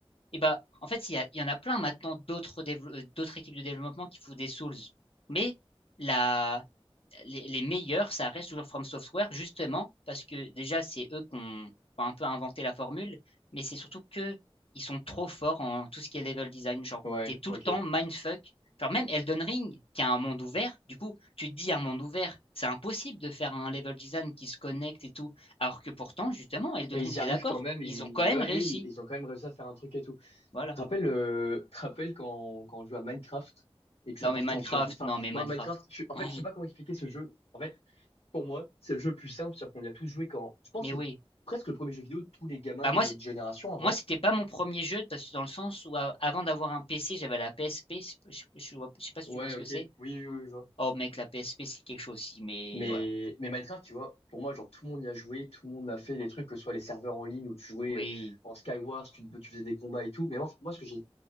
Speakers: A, on the left; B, on the left.
A: Et bah, en fait, il y, a- il y en a plein maintenant d'autres dévelop- euh, d'autres équipes de développement qui font des Souls. Mais la, les, les meilleurs, ça reste toujours From Software, justement, parce que déjà, c'est eux qui ont enfin, un peu inventé la formule, mais c'est surtout que ils sont trop forts en tout ce qui est level design. Genre,
B: Ouais,
A: t'es tout
B: ok.
A: le temps
B: Et
A: mindfuck. Genre, même Elden Ring, qui a un monde ouvert, du coup, tu te dis un monde ouvert, c'est impossible de faire un level design qui se connecte et tout. Alors que pourtant, justement, Elden
B: ils
A: Ring, t'es
B: y arrivent
A: d'accord,
B: quand même. Ils,
A: ils ont quand même
B: ouais,
A: réussi.
B: ouais, ils ont quand même réussi à faire un truc et tout. Tu
A: Voilà.
B: te rappelles, euh, te rappelles quand quand on jouait à Minecraft et que ça
A: Non,
B: partait
A: mais Minecraft,
B: en survie. Enfin,
A: non, mais Minecraft.
B: moi Minecraft, je, suis- en
A: Oh,
B: fait, je sais pas comment expliquer ce jeu. En fait, pour moi, c'est le jeu le plus simple, c'est-à-dire qu'on y a tous joué quand. Je pense
A: Mais
B: que
A: oui.
B: c'est presque le premier jeu vidéo de tous les gamins
A: Bah,
B: de
A: moi,
B: notre génération en
A: Moi,
B: vrai.
A: c'était pas mon premier jeu parce que dans le sens où a- avant d'avoir un PC, j'avais la PSP. Je, je- je vois- je sais pas si
B: Ouais,
A: tu vois ce
B: ok.
A: que c'est.
B: Oui, oui, oui, je vois.
A: Oh mec, la PSP c'est quelque chose aussi, mais
B: Mais,
A: voilà.
B: mais Minecraft, tu vois, pour moi, genre, tout le monde y a joué, tout le monde a fait les trucs, que ce soit les serveurs en ligne où tu jouais
A: Oui,
B: euh, en Skywars, tu, te- tu faisais des combats et tout. Mais en fait, moi, ce que j'ai,